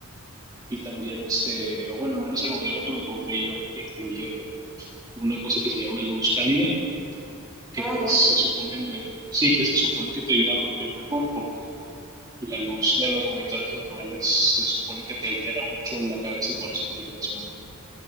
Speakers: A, on the right; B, in the centre.
A: Y también este, o bueno, al menos el modelo que me compré yo incluye una cosa que se llama luz cálida, que
B: Ah, ya, sí.
A: se supone, sí, que se supone que te ayuda a dormir mejor porque la luz de los monitores normales se supone que te altera mucho la cabeza y por eso te quita el sueño.